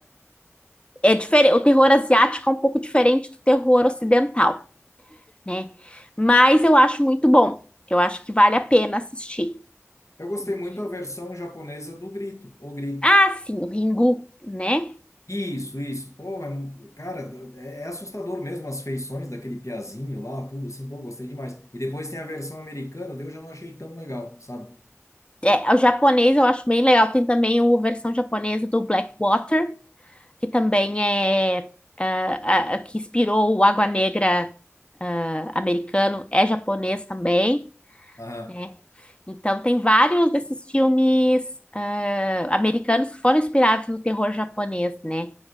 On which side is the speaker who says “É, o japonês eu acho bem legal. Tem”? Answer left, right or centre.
Left